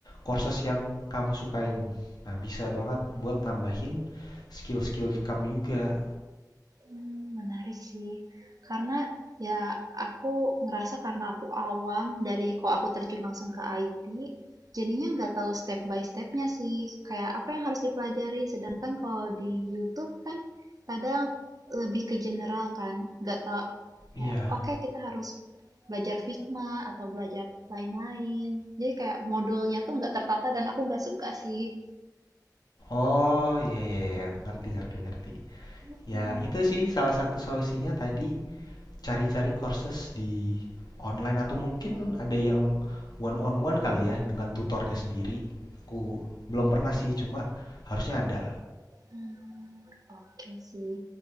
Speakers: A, on the left (about 70°); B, on the right (about 55°).
A: courses yang kamu sukain. Nah, bisa banget buat nambahin skill-skill kamu juga.
B: mmm, menarik sih. Karena, ya aku ngerasa karena aku awam dari kok aku terjun langsung ke IT, jadinya nggak tahu step by stepnya sih, kayak apa yang harus dipelajari. Sedangkan kalau di YouTube kan kadang lebih ke general kan, nggak tau
A: Iya,
B: kayak, oke kita harus belajar Figma atau belajar lain-lain. Jadi kayak modulnya tuh nggak tertata dan aku nggak suka sih.
A: Oh, iya iya iya, ngerti ngerti ngerti.
B: Mhm.
A: Ya, itu sih salah satu solusinya tadi cari-cari courses di online atau mungkin ada yang one on one kali ya dengan tutornya sendiri. Aku belum pernah sih, cuma harusnya ada.
B: Mmm, oke sih.